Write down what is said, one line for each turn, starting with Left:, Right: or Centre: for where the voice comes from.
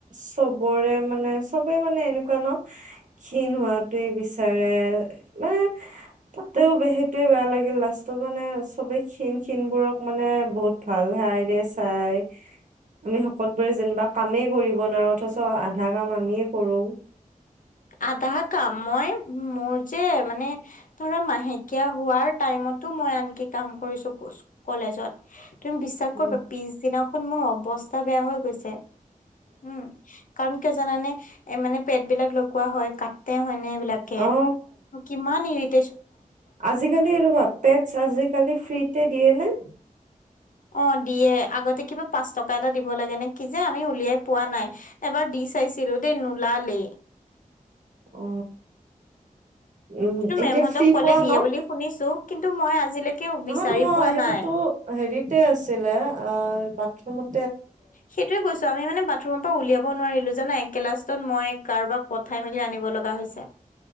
Right: চবৰে মানে চবে মানে এনেকুৱা ন। ক্ষীণ হোৱাতোৱে বিচাৰে মানে তাতেওে সেইটয়ে বেয়া লাগিল লাষ্টত। মানে চবে ক্ষীণ ক্ষীণবোৰক মানে বহুত ভাল ভাল কে চাই। আমি শকতবোৰে যেনিবা কামেই কৰিব নোৱাৰো অথচ আধা কাম আমিয় কৰো।
Left: আধা কাম মই মোৰ যে মানে ধৰা মাহেকীয়া হোৱাৰ টাইম। তো মই আনকি কাম কৰিছো কলেজত। তুমি বিশ্বাস
Right: উম
Left: কৰিবা পিছদিনাখন মোৰ অৱস্থা বেয়া হৈ গৈছে? উম কাৰণ কিয় জানানে এ মানে পেট বিলাক লগোৱা হয় কাটে হয় নে। বিলাকে
Right: অ
Left: কিমান নিতি।
Right: আজিকালি এইবা পেটছ আজিকালি ফ্ৰীতে দিয়ে ন।
Left: অ দিয়ে আগতে কিবা পাঁচ টকা এটা দিব লাগে নে কি যে আমি উলিয়াই পোৱা নাই এবাৰ দি চাই। দিচিলো দেই নোলালেই।
Right: অ উম
Left: কিন্তু
Right: এতিয়া
Left: মেমহতক
Right: ফ্ৰী
Left: ক'লে
Right: পোৱা
Left: দিয়ে
Right: ন
Left: বুলি শুনিছো কিন্তু মই আজিলৈকে? বিচাৰি
Right: নহয় নহয়
Left: পোৱা
Right: সেইটোতো
Left: নাই।
Right: হেৰিতে আছিলে অ বাথৰুমত।
Left: সেইটোয়ে কৈছো আমি মানে বাথৰুম? পৰা উলিয়াব নোৱাৰিলো জানােলাছত মই কাৰোবাক পঠাই মেলি আনিব লগা হৈছে?